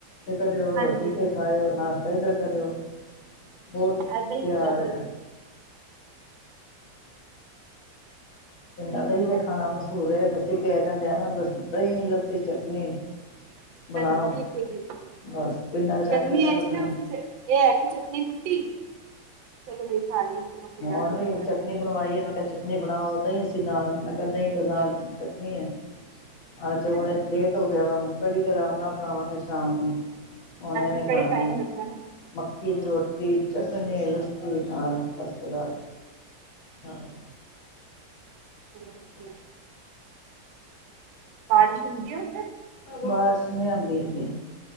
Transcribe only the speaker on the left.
ਕਰਿਓ
ਰੋਟੀ ਤੇ ਖਾਓ ਨਾਸ਼ਤਾ ਇੱਧਰ ਕਰਿਓ ਬਹੁਤ
ਪਿਆਰ
ਹੈ। ਪਿੰਡਾਂ
ਦਾ
ਤੇ ਖਾਣਾ ਮਸਹੂਰ ਆ ਬਸੀ ਕ ਕਹਿੰਦੇ ਬਸ ਦਹੀਂ ਲੱਸੀ ਚਟਨੀ। ਬਣਾਓ
ਬਸ ਪਿੰਡਾਂ ਵਿੱਚ ਆ
ਕੇ ਕਹਿੰਦਾ
ਬਸ
ਹੁਣ
ਵੀ
ਚਟਨੀ ਬਣਵਾਈ ਹੈ ਮੈਂ। ਚਟਨੀ ਬਣਾਓ ਦਹੀਂ ਅਸੀਂ ਨਾਲ ਮੈਂ ਕਿਹਾ ਦਹੀਂ ਤੋਂ ਨਾਲ ਚਟਨੀ ਹੈ। ਅੱਜ ਤੇ ਹੁਣ
ਲੇਟ ਹੋ ਗਿਆ ਵਾ, ਕੜੀ ਤੇ ਆਰਾਮ ਨਾਲ ਬਣਾਵਾਂਗੇ ਸ਼ਾਮ ਨੂੰ। ਹੁਣ
ਐਵੇ
ਖਾਵਾਗੇ।
ਕੀ ਰੋਟੀ ਚਟਨੀ ਲੱਸੀ ਨਾਲ ਫਸਟ ਕਲਾਸ। ਆਹੋ
ਬਾਰਿਸ਼ ਨਹੀਂ ਆਉਂਦੀ ਹੈਗੀ,